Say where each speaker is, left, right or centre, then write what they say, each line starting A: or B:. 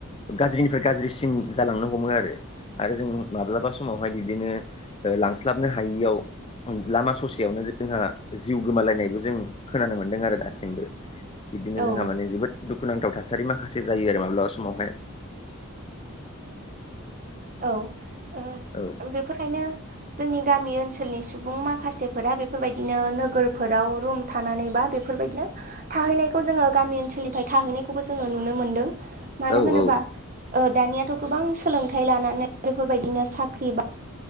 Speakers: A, on the left; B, on the right.
A: गाज्रिनिफ्राय गाज्रिसिम जालांनो हमो आरो आरो जों माब्लाबा समावहाय बिदिनो ओ लांस्लाबनो हायियाव लामा ससेयावनो जे जोंहा जिउ गोमालायनायबो जों खोनानो मोन्दों आरो दासिमबो बिदिनो
B: औ
A: जोंहा माने जोबोद दुखुनांथाव थासारि माखासे जायो आरो माब्लाबा समावहाय
B: औ ओ
A: औ
B: बेफोरखायनो जोंनि गामि ओनसोलनि सुबुं माखासेफोरा बेफोरबायदिनो नोगोरफोराव रुम थानानै बा बे फोरबायदिनो थाहैनायखौ जोङो गामि ओनसोलनिफ्राय थाहैनायखौबो जोङो नुनो मोनदों मानो
A: औ
B: होनोबा ओ दानियाथ' गोबां सोलोंथाइ लानानै बेफोरबायदिनो साख्रि बा